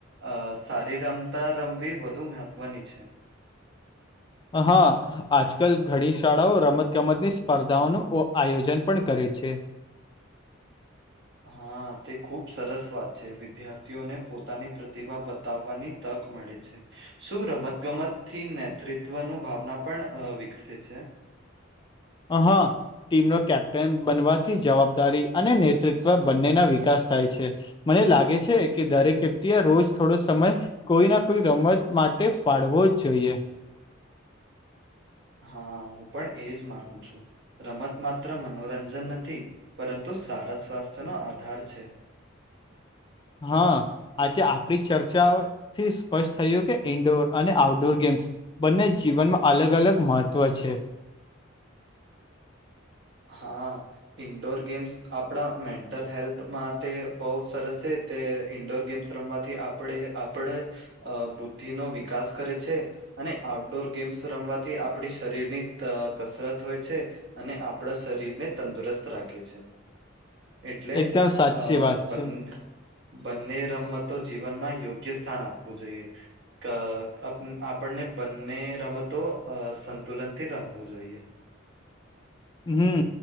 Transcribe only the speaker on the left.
હા આજકાલ ઘણી શાળાઓ રમત ગમતની સ્પર્ધાઓનું આયોજન પણ કરે છે
હા ટીમનો કેપ્ટન બનવાથી જવાબદારી અનેને બંને ના વિકાસ થાય છે મને લાગે છે કે દરેક વ્યક્તિ એ રોજ થોડો સમય કોઈ ના કોઈ રમત માટે ફાળવો જ જોઈએ.
હા આજે આપડી ચર્ચાથી સ્પષ્ટ થયું કે ઈન્ડોર અને આઉટડોર ગેમ્સ બંને જીવનમાં અલગ અલગ મહત્ત્વ છે.
એકદમ સાચી
વાત
છે
હમ